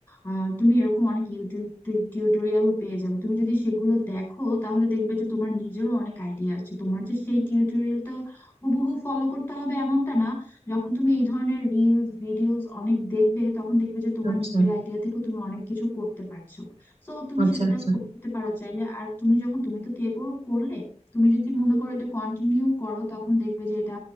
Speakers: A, on the left; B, on the right.
A: আহ, তুমি এরকম অনেক ইউটিউব টিউটোরিয়ালও পেয়ে যাবে তুমি যদি সেগুলো দেখো তাহলে দেখবে যে তোমার নিজেরও অনেক আইডিয়া আছে তোমার যে সেই টিউটোরিয়ালটা হুবহু ফলো করতে হবে এমনটা না যখন তুমি এই ধরনের রিলস ভিডিওস অনেক দেখবে তখন দেখবে যে তোমার
B: আচ্ছা
A: নিজের আইডিয়া থেকেও তুমি অনেক কিছু করতে পারছো সো তুমি
B: আচ্ছা
A: সেটা
B: আচ্ছা
A: করতে পারো চাইলে আর তুমি যখন তুমি তো কেবল করলে তুমি যদি মনে
B: হুম
A: করো
B: হুম।
A: এটা কন্টিনিউ করো তখন দেখবে যে এটা